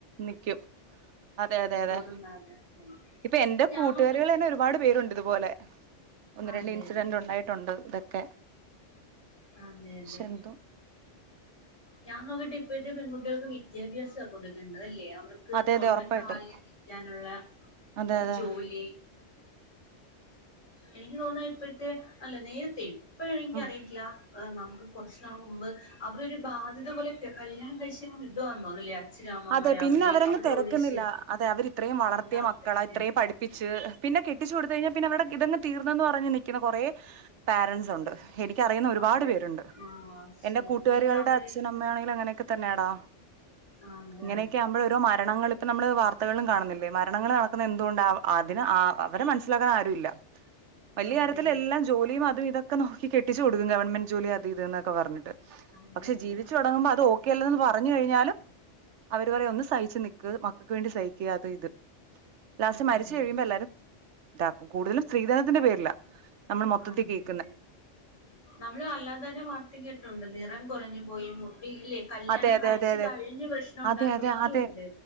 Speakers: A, on the right; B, on the left.
A: നിക്കും അതെയതെയതെ
B: ഒന്നും പറയാതെ
A: ഇപ്പൊ എന്റെ
B: ഞാൻ
A: കൂട്ടുകാരികൾ
B: നോക്കിട്ട്
A: തന്നെ ഒരുപാട് പേരുണ്ട് ഇതുപോലെ ഒന്ന്
B: അതെ
A: രണ്ട് ഇൻസിഡന്റ്
B: അതെ
A: ഉണ്ടായിട്ടുണ്ട് ഇതൊക്കെ
B: അതെയതെ
A: പക്ഷെ എന്തോ
B: ഞാൻ നോക്കിട്ട് ഇപ്പഴത്തെ പെൺകുട്ടികൾക്ക് വിദ്യാഭ്യാസം താ കൊടുക്കണ്ടത് അല്ലിയോ ലെ അവർക്ക്
A: അതെ
B: സ്വന്തം
A: അതെ ഉറപ്പായിട്ടും
B: കാലിൽ നിൽക്കാനുള്ള
A: അതെ
B: ഒരു
A: അതെ
B: ജോലി എനിക്ക് തോന്നാ ഇപ്പോഴത്തെ അല്ല നേരത്തേയും ഇപ്പോഴ് എനിക്ക്
A: ഉം
B: അറിയില്ല നമുക്ക് കുറച്ച്നാൾ മുമ്പ് അവരൊരു ബാധ്യത പോലെ ഒക്കെ കല്യാണം കഴിച്ചങ്ങ് വിടുവാന്നോ അല്ലെ അച്ഛനമ്മമാര്
A: അതെ പിന്നെ
B: അവടെ
A: അവരങ്ങ്
B: അവരുടെ
A: തിരക്കുന്നില്ല
B: ഒഴിച്ച്
A: അതെ അവര് ഇത്രയും വളർത്തിയ
B: അതാ
A: മക്കളാ
B: പ്രശ്നം
A: ഇത്രയും പഠിപ്പിച്ച് പിന്നെ കെട്ടിച്ചു കൊടുത്ത് കഴിഞ്ഞാൽ പിന്നെ അവരുടെ ഇതങ്ങ് തീർന്നന്ന് പറഞ്ഞ് നിക്കുന്ന കുറേ പാരൻറ്സ് ഉണ്ട്. എനിക്കറിയുന്ന ഒരുപാട്
B: ഉണ്ട്
A: പേരുണ്ട്
B: ആഹ് ശരി
A: എന്റെ കൂട്ടുകാരികളുടെ
B: ഇല്ലെങ്കിൽ അവര്
A: അച്ഛനും അമ്മ ആണെങ്കിലും അങ്ങനെ തന്നേടാ
B: അതെ
A: ഇങ്ങനെയൊക്കെ ആകുമ്പോൾ ഓരോ മരണങ്ങള് ഇപ്പ നമ്മള് വാർത്തകളില് കാണുന്നില്ലേ മരണങ്ങൾ നടക്കുന്ന എന്തുകൊണ്ടാ അതിന് അവരെ മനസ്സിലാക്കാൻ ആരുല്ല വലിയ
B: അതെ
A: കാര്യത്തില്
B: അതെ
A: എല്ലാം ജോലിയും അതും ഇതൊക്കെ നോക്കി കെട്ടി ട്ടിച്ച് കൊടുക്കും ഗവൺെന്റ് ജോലി അത് ഇത് എന്നൊക്കെ പറഞ്ഞട്ട്
B: അതെ
A: പക്ഷേ
B: അതെ
A: ജീവിച്ചു
B: അതെ
A: തുടങ്ങുമ്പോ അത് ഓ ഒക്കെല്ലന്ന് പറഞ്ഞു കഴിഞ്ഞാലും അവര് പറിയാ ഒന്ന് സഹിച്ച് നി ക്ക് മക്കക്ക് വേണ്ടി സഹിക്കാതെ അത് ഇത് ലാസ്റ്റ്
B: അതെ
A: മരിച്ച് കഴിയുമ്പോ എല്ലാരും ത കൂടുതലും സ്ത്രീധനത്തിന്റെ പേരിലാ നമ്മൾ മൊത്തത്തിൽ
B: അതെ
A: കേൾക്കുന്നെ
B: ലെ നമ്മള് അല്ലാതെ തന്നെ വാർത്ത കേട്ടിട്ടുണ്ട് നിറം കുറഞ്ഞു പോയി ഇല്ലേ കല്യാണം
A: അതെ അതെ
B: കഴിച്ച്
A: അതെ അതെ
B: കഴിഞ്ഞ് പ്രശ്നം ഉണ്ടാക്കുന്നവരും
A: അതെ അതെ അതെ
B: ഉണ്ട്